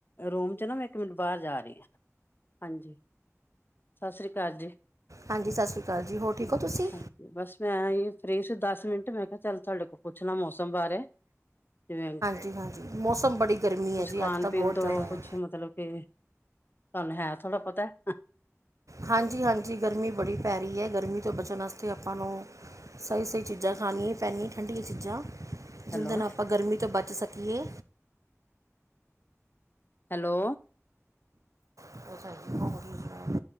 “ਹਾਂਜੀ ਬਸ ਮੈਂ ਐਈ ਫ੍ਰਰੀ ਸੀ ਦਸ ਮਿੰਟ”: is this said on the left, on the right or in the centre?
Left